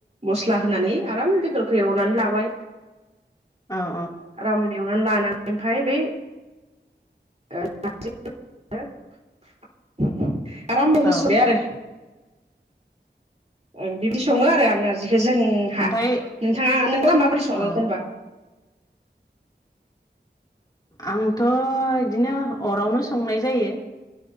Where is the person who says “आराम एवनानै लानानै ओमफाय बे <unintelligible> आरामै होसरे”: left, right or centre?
Right